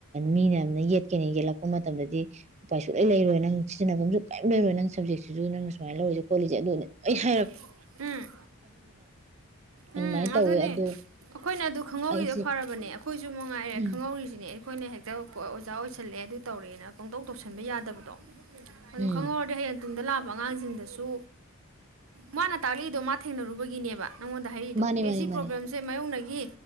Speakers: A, on the right (about 30°); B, on the right (about 65°).
A: ꯃꯤꯅ ꯌꯦꯠꯀꯦꯅ ꯌꯦꯠꯂꯛꯄ ꯃꯇꯝꯗꯗꯤ ꯎꯄꯥꯏ ꯁꯨꯡ ꯂꯩꯔꯣꯏ ꯅꯪ ꯁꯤꯟꯅꯐꯝꯁꯨ ꯀꯩꯝ ꯂꯩꯔꯣꯏ ꯅꯪ ꯁꯞꯖꯦꯛꯁꯤꯁꯨ ꯅꯪ ꯁꯨꯃꯥꯏꯅ ꯂꯧꯔꯤꯁꯦ ꯈꯣꯠꯂꯤꯁꯦ ꯑꯗꯨꯒꯅꯦ ꯂꯣꯏ ꯍꯥꯏ
B: ꯎꯝ
A: ꯑꯗꯨꯃꯥꯏꯅ
B: ꯎꯝ
A: ꯇꯧꯋꯦ
B: ꯑꯗꯨꯅꯦ
A: ꯑꯗꯣ
B: ꯑꯩꯈꯣꯏꯅ ꯑꯗꯨ ꯈꯪꯍꯧꯔꯤꯗꯣ
A: ꯑꯩꯁꯦ
B: ꯐꯔꯕꯅꯦ ꯑꯩꯈꯣꯏꯁꯨ ꯃꯉꯥꯏꯔꯦ
A: ꯎꯝ
B: ꯈꯪꯍꯧꯔꯤꯁꯤꯅꯦ ꯑꯩꯈꯣꯏꯅ ꯍꯦꯛꯇ ꯑꯣꯖꯥ ꯑꯣꯏꯁꯜꯂꯛꯑꯦ ꯑꯗꯨ ꯇꯧꯔꯦꯅ ꯄꯪꯇꯧ ꯇꯧꯁꯟꯕ ꯌꯥꯗꯕꯗꯣ ꯑꯗꯨ
A: ꯎꯝ
B: ꯈꯪꯍꯧꯔꯗꯤ ꯍꯌꯦꯡ ꯇꯨꯡꯗ ꯂꯥꯛꯄ ꯑꯉꯥꯡꯁꯤꯡꯗꯁꯨ ꯃꯥꯅ ꯇꯥꯛꯂꯛꯏꯗꯣ ꯃꯥ ꯊꯦꯡꯅꯔꯨꯕꯒꯤꯅꯦꯕ ꯅꯉꯣꯟꯗ ꯍꯥꯔꯛꯏꯗꯣ
A: ꯃꯥꯅꯦ
B: ꯑꯦ
A: ꯃꯥꯅꯦ
B: ꯁꯤ
A: ꯃꯥꯅꯦ
B: ꯄ꯭ꯔꯣꯕ꯭ꯂꯦꯝꯁꯦ ꯃꯌꯣꯛꯅꯩ